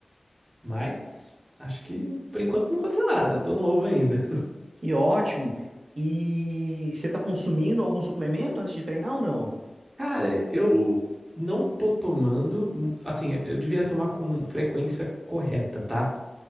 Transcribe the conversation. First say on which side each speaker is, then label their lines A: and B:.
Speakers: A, on the right (about 30°); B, on the right (about 75°).
A: Mas acho que por enquanto não aconteceu nada. Tô novo ainda.
B: Que ótimo. E você está consumindo algum suplemento antes de treinar ou não?
A: <laughs> Cara, eu não tô tomando. hum, Assim, eu devia tomar com frequência correta, tá?